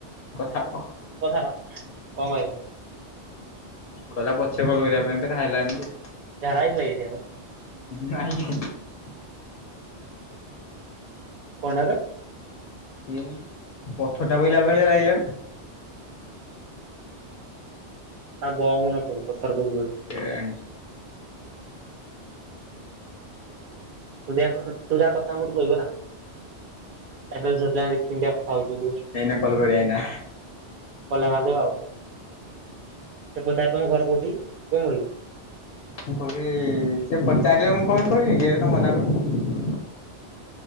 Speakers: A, on the left (about 60°); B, on the right (about 60°).
A: କଥା ହୋ
B: କଥାଲା କଣ କହିଲା?
A: କହିଲା ପଛ କଲ କରିବା ପାଇଁ ପରା ହେଲାନି। ଏ
B: ଝାଡ଼ା ହେଇଥିଲା କି ସେ ଆଉ?
A: <inaudible>
B: କଣ ହେବେ?
A: <unintelligible> ପଥରଟା ପାଇଲା ଭଳିଆ ଲାଗିଲାନି।
B: ଆଉ ବ ମ ନା ପଡ ତା ପୁର୍ବରେ
A: କେଆଣି।
B: ତୁ ଯାହା କଥା ହୋବୁ ମତେ କହିବୁ ହେଲା। ତା ସହିତ ଝିଅ ପିଲାବି। କେମୀତିଆ କଥା ହଉଛିିବ
A: ଏଇନା କଲ୍ କରିବା ଏଇନା
B: କଲେ ମଜିବ ଆଉ। ସେ ପଚାରେ ତମ ଘର କୋଉଠି କଣ କହିବୁ?
A: ମୁଁ କହିବି ସିଏ ପଚାରିବେ ମୁଁ କହିବି କହିବି ଗଟ ତମ ମନା କର